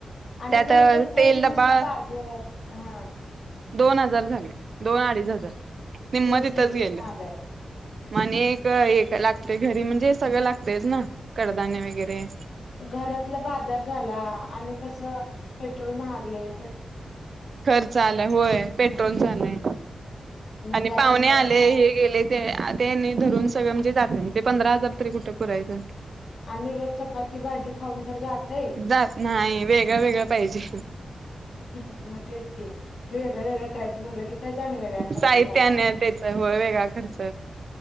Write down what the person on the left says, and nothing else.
आणि
घरकरच
नुसतं बाजर हा
तेच की
लय
महाग आहे
घरातलं बाजार झाला आणि कस पेट्रोल महागले
त्यानंतर
न
आणि रोज चपाती भाजी खाऊन तर जातय
मग तेच की तू वेगळं वेगळं करायचं म्हणलं की त्याचा आणि वेगळा खर्च
झाला